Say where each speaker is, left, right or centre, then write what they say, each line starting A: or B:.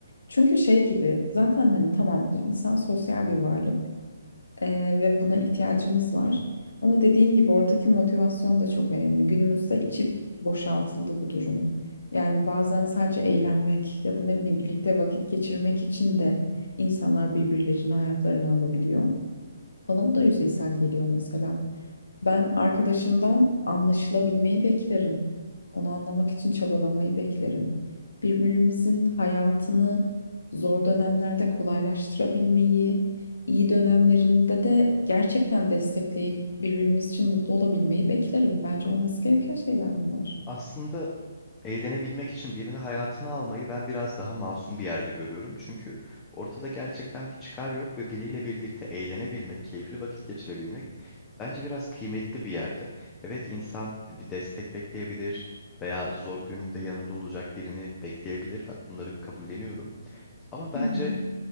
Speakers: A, on the left (about 70°); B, on the left (about 20°).
A: Çünkü şey gibi zaten hani tamam insan sosyal bir varlık eee, ve buna ihtiyacımız var. Ama dediğin gibi oradaki motivasyon da çok önemli. Günümüzde içi boşaltıldı bu durumun. Yani bazen sadece eğlenmek ya da ne bileyim birlikte vakit geçirmek için de insanlar birbirlerini hayatlarına alabiliyor. Bana bu da yüzeysel geliyor mesela. Ben arkadaşımdan anlaşılabilmeyi beklerim. Onu anlamak için çabalamayı beklerim. Birbirimizin hayatını zor dönemlerde kolaylaştırabilmeyi, iyi dönemlerinde de gerçekten destekleyip birbirimiz için mutlu olabilmeyi beklerim. Bence olması gereken şeyler bunlar.
B: Aslında eğlenebilmek için birini hayatına almayı ben biraz daha masum bir yerde görüyorum. Çünkü ortada gerçekten bir çıkar yok ve biriyle birlikte eğlenebilmek, keyifli vakit geçirebilmek bence biraz kıymetli bir yerde. Evet insan bir destek bekleyebilir veya zor gününde yanında olacak birini bekleyebilir. Bak bunları kabulleniyorum. Ama bence
A: Hı hı.